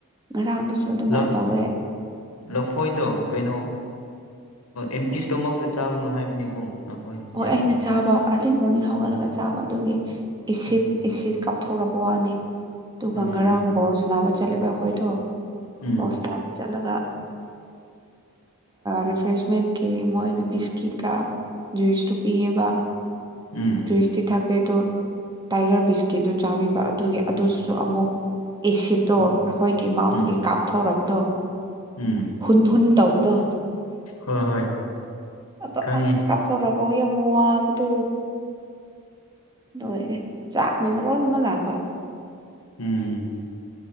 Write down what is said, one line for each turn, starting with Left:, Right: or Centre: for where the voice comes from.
Right: ꯉꯔꯥꯡꯗꯨꯁꯨ ꯑꯗꯨꯃꯥꯏꯅ
Left: ꯂꯞ
Right: ꯇꯧꯋꯦ
Left: ꯂꯐꯣꯏꯗꯣ ꯀꯩꯅꯣ ꯑꯦꯝꯇꯤꯁꯇꯣꯃꯥꯛꯇ ꯆꯥꯒꯅꯨ ꯍꯥꯏꯕꯅꯤꯀꯣ ꯂꯐꯣꯏꯗꯣ
Right: ꯍꯣꯏ
Left: ꯌꯥꯗꯕꯅꯤ
Right: ꯑꯩꯅ ꯆꯥꯕ
Left: ꯍꯥꯏ
Right: ꯑꯥꯔꯂꯤ ꯃꯣꯔꯅꯤꯡ ꯍꯧꯒꯠꯂꯒ
Left: ꯎꯝ
Right: ꯆꯥ ꯆꯥꯕ ꯑꯗꯨꯒꯤ ꯑꯦꯁꯤꯠ
Left: ꯎꯝ
Right: ꯑꯦꯁꯤꯠ ꯀꯥꯞꯊꯣꯔꯛꯄ ꯋꯥꯅꯤ ꯑꯗꯨꯒ
Left: ꯑꯣ
Right: ꯉꯔꯥꯡꯕꯣꯜ ꯁꯟꯅꯕ ꯆꯠꯂꯦꯕ ꯑꯩꯈꯣꯏꯗꯣ
Left: ꯎꯝ
Right: ꯕꯣꯛꯁ ꯇꯥꯕ ꯆꯠꯂꯒ ꯔꯤꯐ꯭ꯔꯦꯁꯃꯦꯟꯀꯤ ꯃꯣꯏꯅ ꯕꯤꯁꯀꯤꯠꯀ ꯖꯨꯏꯁꯇꯣ ꯄꯤꯌꯦꯕ
Left: ꯎꯝ
Right: ꯖꯨꯏꯁꯇꯤ ꯊꯥꯛꯇꯦ ꯑꯗꯣ ꯇꯥꯏꯒꯔ ꯕꯤꯁꯀꯤꯠꯇꯨ ꯆꯥꯒꯤꯕ ꯑꯗꯨꯒꯤ ꯑꯗꯨꯗꯨꯁꯨ ꯑꯃꯨꯛ ꯑꯦꯁꯤꯠꯇꯣ
Left: ꯎꯝ
Right: ꯑꯩꯈꯣꯏꯒꯤ ꯃꯥꯎꯇꯒꯤ
Left: ꯎꯝ
Right: ꯀꯥꯞꯊꯣꯔꯛꯕꯗꯣ
Left: ꯎꯝ
Right: ꯍꯨꯟ ꯍꯨꯟ ꯇꯧꯕꯗꯣ
Left: ꯍꯣꯏ ꯍꯣꯏ
Right: ꯑꯗꯣ
Left: ꯈꯪꯉꯦ
Right: ꯑꯥ ꯀꯞꯄꯨꯔꯒ ꯌꯥꯝ ꯋꯥꯕꯗꯨ ꯂꯣꯏꯔꯦ ꯆꯥꯛꯅ ꯃꯔꯣꯟ ꯑꯃ ꯂꯥꯡꯕ
Left: ꯎꯝ ꯎꯝ